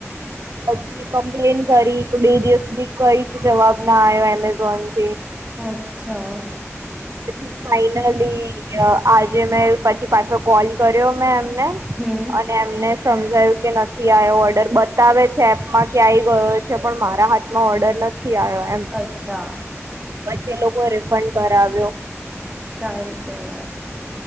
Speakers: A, on the right (about 75°); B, on the right (about 15°).
A: પછી કમ્પ્લેન કરી તો બે દિવસ સુધી કઈ જવાબ ના આવ્યો એમ કોંત
B: અચ્છા
A: પછી ફાઈનલી આજે મેં પછી પાછો કોલ કર્યો મે એમ
B: હમ
A: અને એમને સમજાયું કે નથી આવ્યો ઓર્ડર બતાવે છે એપમાં કે આવી ગયો છે પણ મારા હાથમાં ઓર્ડર નથી. આયો એમ
B: અચ્છા
A: પછી એ લોકો રિફંડ કરાવ્યો
B: સારું કેવાય